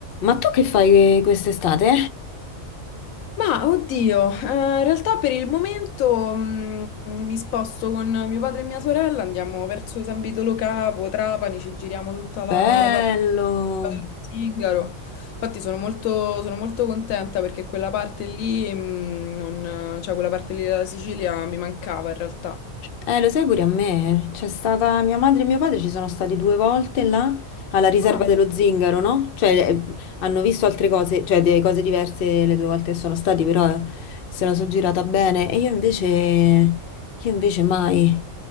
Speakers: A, on the left; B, on the left.
A: Ma tu che fai quest'estate?
B: Ma oddio, eh, in realtà per il momento mh, mi sposto con mio padre e mia sorella, andiamo verso San Vitolo Capo, Trapani, ci giriamo tutta
A: Bello.
B: la, la parte dello Zingaro. Infatti sono molto, sono molto contenta perché quella parte lì, mh, non- cioè quella parte lì della Sicilia mi mancava in realtà.
A: Eh, lo sai pure a me. C'è stata mia madre e mio padre, ci sono stati due volte là alla riserva
B: Ah,
A: dello Zingaro, no? Cioè, eh, hanno visto altre cose, cioè delle cose diverse le due volte che sono stati, però eh, se la sono girata bene. E io invece, io invece mai.